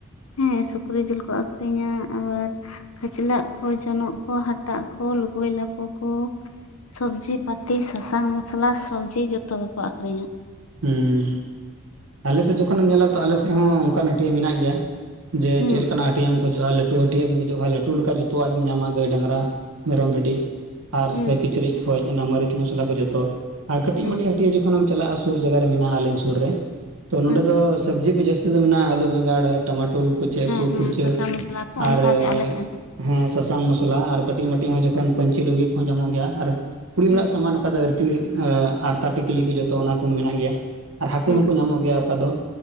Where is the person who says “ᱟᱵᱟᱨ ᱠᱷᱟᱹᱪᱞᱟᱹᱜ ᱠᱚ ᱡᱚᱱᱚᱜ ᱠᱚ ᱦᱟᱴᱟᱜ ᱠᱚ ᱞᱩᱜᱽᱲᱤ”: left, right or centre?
Left